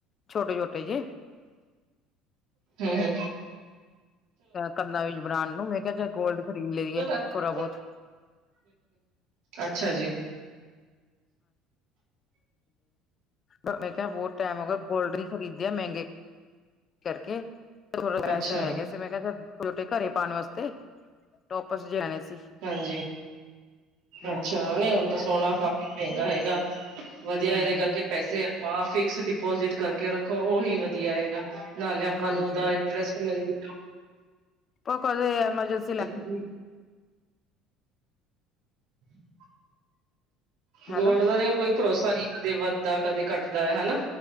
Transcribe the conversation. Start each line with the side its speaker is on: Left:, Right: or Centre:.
Left: ਛੋਟੇ-ਛੋਟੇ ਜੇ
Right: ਹਂ, ਹਂ।
Left: ਕੰਨਾ ਵਿੱਚ ਬਣਾਣ ਨੂੰ ਮੈਂ ਕਿਆ ਚੱਲ ਗੋਲਡ ਖਰੀਦ ਲਿਆਈਏ
Right: ਹੂੰ
Left: ਥੋੜਾ ਬੋਤ
Right: ਅੱਛਾ ਜੀ।
Left: ਪਰ ਮੈਂ ਕਿਆ, ਬੋਤ ਟੈਮ ਹੋ ਗਿਆ ਗੋਲਡ ਨੀਂ ਖਰੀਦਿਆ ਮੈਂਗੇ ਕਰਕੇ, ਥੋੜਾ ਪੈਸੇ
Right: ਅੱਛਾ
Left: ਹੈਗੇ ਸੀ ਤੇ ਮੈਂ ਕਿਆ ਚੱਲ, ਛੋਟੇ ਘਰੇ ਪਾਣ ਵਾਸਤੇ ਟੋਪਸ ਜੇ ਲੈਣੇ ਸੀ।
Right: ਹਾਂਜੀ,
Left: ਹਮ
Right: ਅੱਛਾ। ਨਈਂ ਹੁਣ ਤੇ ਸੋਣਾ ਕਾਫ਼ੀ ਮੈਂਗਾ ਹੈਗਾ। ਵਧੀਆ
Left: ਹਾਂਜੀ
Right: ਏਦੇ ਕਰਕੇ ਪੈਸੇ ਆਪਾਂ ਫਿਕਸ ਡਿਪੋਜਿਟ ਕਰਕੇ ਰੱਖੋ, ਓਹੀ ਵਧੀਆ ਹੈਗਾ। ਨਾਲੇ ਆਪਾਂ
Left: ਹਾਂਜੀ
Right: ਨੂੰ ਓਦਾ ਇੰਟਰਸਟ ਮਿੱਲ ਜੂ।
Left: ਪ ਕਦੇ ਐਮਰਜੰਸੀ
Right: ਅੱਛਾ ਜੀ। <unintelligible>
Left: ਹੈਲੋ
Right: ਗੋਲਡ ਦਾ ਤੇ ਕੋਈ ਭਰੋਸਾ ਨੀਂ ਕਦੇ ਵੱਧਦਾ, ਕਦੇ ਘੱਟਦਾ ਐ। ਹਨਾਂ?